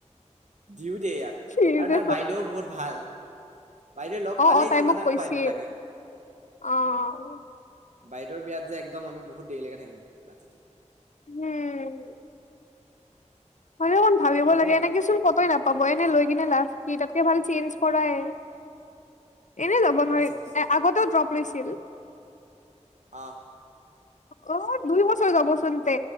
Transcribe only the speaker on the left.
কি
যে
অহ',
অহ' তাই
মোক
কৈছিল
অহ।
হম। হয় অকন ভাবিব
লাগে,
এনেকেোন কতো নাপায়। কবই নে, লৈ কিনে লাভ কি তাতকে ভাল চেঞ্জ কৰায়ে। এনে যাব
নোৱাৰি,
আগতেও ড্ৰপ লৈছিল।
অহ' দুই বছৰ যাবচোন তে।